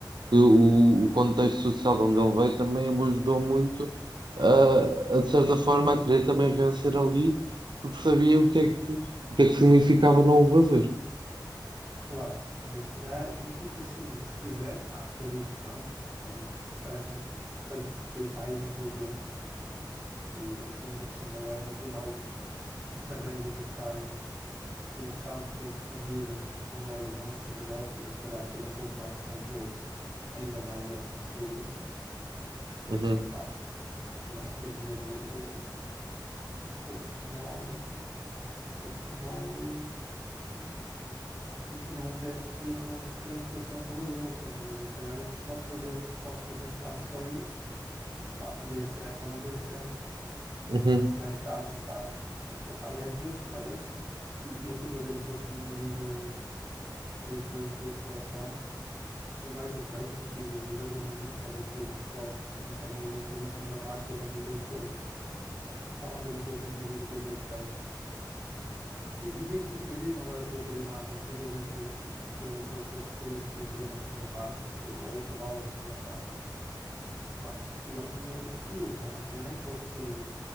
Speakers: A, on the right (about 70°); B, on the right (about 20°).
A: que o, o contexto social de onde ele veio também o ajudou muito a, a, de certa forma, a querer também vencer ali, porque sabia o que é que, o que é que significava não o fazer.
B: Claro. E este gajo, tipo assim, se quiser, pá, acredito que não, porque também parece-me que tem, que tem pais inteligentes E ainda por cima, agora no final de carreira do pai, que ele sabe que tem que expandir os horizontes e negócios e se calhar ter um pouco mais de controle, ainda mais deve perceber isso.
A: Uhum,
B: Epá, mas quer dizer, o, o, o futebol, o futebol hum, não deve ser uma preocupação para ele, quer dizer, ele se calhar é- pode fazer, pode fazer quase só isso, pá, dê certo ou não dê certo
A: uhum.
B: O gajo está à vontade. Epá, e às vezes parece-me, e, e eu estive a ver um pouquinho ali do, do treino da seleção, foi mais o treino do que o jogo. O jogo eu não vi, só vi depois uns cortes, mas também ele entrou na segunda parte e eu não vi grande coisa. Estava a ver um pouquinho ali do primeiro treino. E, e mesmo, e mesmo agora estou a ter a imagem de quando ele entrou, ele, ele foi suplente e entrou na segunda parte, acho que foi, ou intervalo ou na segunda parte. Pá, e ele tem outro estilo, não é? Não é aquele estilo